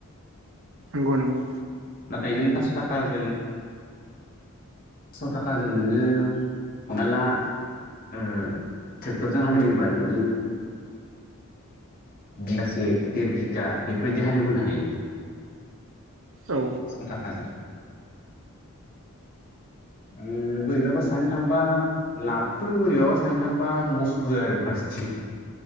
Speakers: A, on the right (about 65°); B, on the left (about 40°).
A: नंगौ नंगौ।
B: नाथाय नों फास थाखाजों थिस' थाखाजों नोङो हमना ला ओ ट्रेक्टरजों हालेवयोबा नोङो बिगासे देर बिगा बेफोरबायदि हालेवहोनो हायो
A: औ
B: फासस' थाखाजों ओ बोरैबाबा सानै थांबा लाबबो बोरैबाबा सानो थांबा लसबो आरो फारसेथि